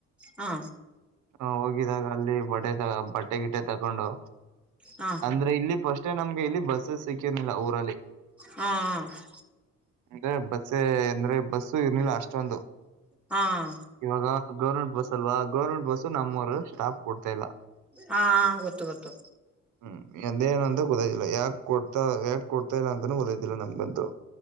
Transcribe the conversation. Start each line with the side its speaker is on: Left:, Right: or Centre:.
Centre: ಹಾ
Right: ಹ ಹೋಗಿದಾಗ ಅಲ್ಲಿ ಬಡೆ ಬಟ್ಟೆ ಗಿಟ ತಕೊಂಡು
Centre: ಹಾ
Right: ಅಂದ್ರೆ ಇಲ್ಲಿ ಪಫಸ್ಟೇ ನಮ್ಗೆ ಇಲ್ಲಿ ಬಸ್ಸಸ್ ಸಿಕ್ಕಿರ್ನಿಲ್ಲ ಊರಲ್ಲಿ
Centre: ಹಾ ಹಾ ಹಾ
Right: ಅಂದ್ರೆ ಬಸ್ ಅಂದ್ರೆ ಬಸ್ಸು ಇರ್ನಿಲ್ಲ ಅಷ್ಟೊಂದು
Centre: ಹಾ ಹಾ
Right: ಇವಾಗ ಗೌರ್ಮೆಂಟ್ ಬಸ್ ಅಲ್ವಾ ಗೌರ್ಮೆಂಟ್ ಬಸ್ಸು ನಮ್ಮವರು ಸ್ಟಾಪ್ ಕೊಡ್ತಾ ಇಲ್ಲ
Centre: ಹಾ ಹಾ ಹಾ ಗೊತ್ತು ಗೊತ್ತು
Right: ಹ್ಮ ಎಂದೇಏನು ಅಂದ ಗೊದಾಯ್ಿಲ್ಲ ಯಾಕ್ ಕೊಡ್ತಾ ಯಾಕಕ್ ಕೊಡ್ತಾ ಇಲ್ಲ ಅಂತನೂ ಗೊದೋ್ಿಲ್ಲ ನಮ್ಗಂತೂ